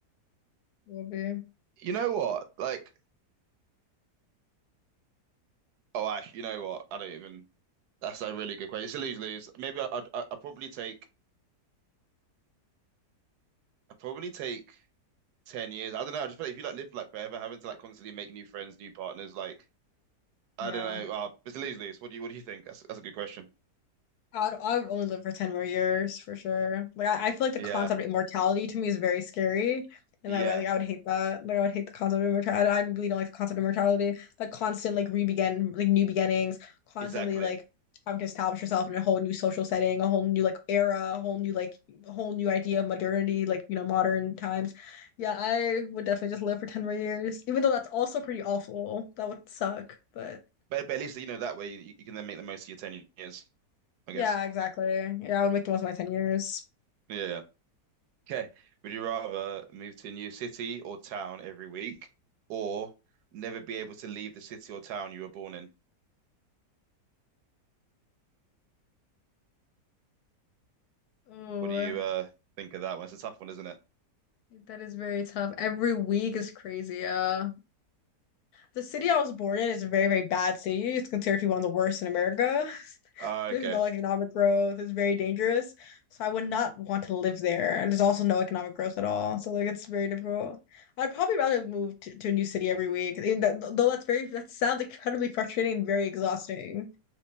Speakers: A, on the left; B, on the right.
A: will be.
B: You know what? Like, oh, I you know what? I don't even. That's a really good question. It's a lose lose. Maybe I, I I probably take I probably take. 10 years. I don't know. I just feel like if you like live like forever, having to like constantly make new friends, new partners, like I
A: Yeah.
B: don't know. Uh, it's a lose-lose. What do you what do you think? That's that's a good question.
A: I'd, I'd only live for 10 more years for sure. Like I, I feel like the
B: Yeah.
A: concept of immortality to me is very scary. And
B: Yeah.
A: I would like I would hate that. Like I would hate the concept of immortality. I, I really don't like the concept of immortality. Like constant like re-begin like new beginnings, constantly
B: Exactly.
A: like having to establish yourself in a whole new social setting, a whole new like era, a whole new like a whole new idea of modernity, like you know, modern times. Yeah, I would definitely just live for 10 more years. Even though that's also pretty awful. That would suck. But
B: But but at least you know that way you, you can then make the most of your 10 years, I
A: yeah,
B: guess.
A: exactly. Yeah, I would make the most of my 10 years.
B: Yeah, yeah. Okay. Would you rather move to a new city or town every week or never be able to leave the city or town you were born in?
A: Oh,
B: What do you uh think of that one? It's a tough one, isn't it?
A: that is very tough. Every week is crazy. Uh, the city I was born in is a very, very bad city. It's considered to be one of the worst in America. <laughs>
B: Uh,
A: There's
B: okay.
A: no economic growth. It's very dangerous. So I would not want to live there. And there's also no economic growth at all. So like it's very difficult. I'd probably rather move to, to a new city every week. Even that, though that's very that sounds incredibly <laughs> frustrating and very exhausting.